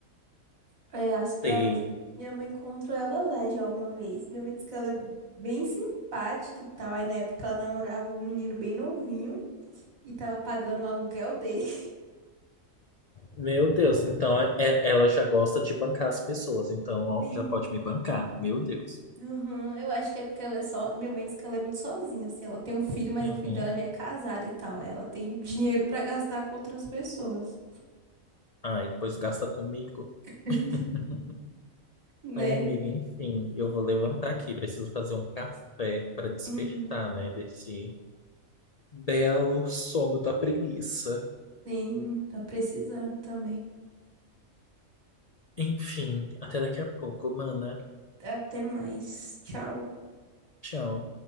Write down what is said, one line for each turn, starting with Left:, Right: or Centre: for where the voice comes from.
Right: É, as provas.
Left: Feio.
Right: Minha mãe encontrou ela lá já uma vez. Minha mãe disse que ela é bem simpática e tal. Aí na época ela namorava um menino bem novinho e tava pagando o aluguel dele. <laughs>
Left: Meu Deus, então é- ela já gosta de bancar as pessoas, então ó,
Right: Sim.
Left: já pode me bancar. Meu Deus.
Right: Uhum, eu acho que é porque ela é só. Minha mãe disse que ela é muito sozinha, assim. Ela tem um filho, mas
Left: Uhum.
Right: o filho dela já é casado e tal. Aí ela tem dinheiro pra gastar com outras pessoas,
Left: Ai, pois gasta comigo.
Right: <laughs>
Left: <laughs>
Right: né?
Left: Ai, amiga, enfim, eu vou levantar aqui. Preciso fazer um café para despertar,
Right: Uhum.
Left: né, desse belo sono da preguiça.
Right: Sim, tá precisando também.
Left: Enfim, até daqui a pouco, mana.
Right: Até mais. Tchau.
Left: Tchau.